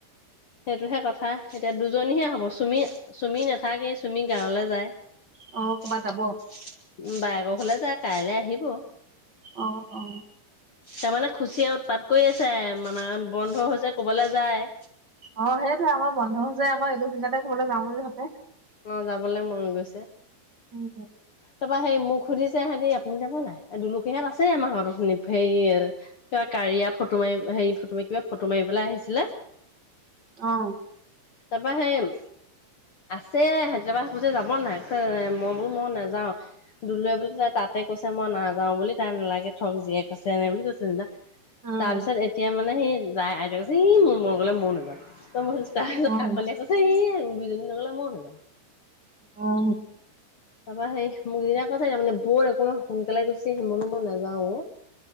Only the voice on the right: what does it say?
অ', ক'ৰবাত যাব অ',
অ অ
অ সেইটোৱে আমাৰ বন্ধ হৈছে আকৌ এইটো চিন্তাতে কৰবালৈ যাম বুলি ভাবে
উম
অ',
উম,
অ',
অ